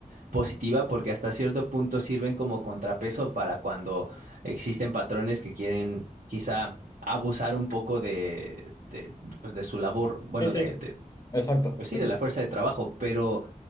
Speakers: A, on the right (about 80°); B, on the left (about 25°).
A: positiva porque hasta cierto punto sirven como contrapeso para cuando existen patrones que quieren quizá abusar un poco de, de, pues de su labor, bueno,
B: Sí, sí.
A: de, de,
B: Exacto,
A: pues
B: sí.
A: sí, de la fuerza de trabajo, pero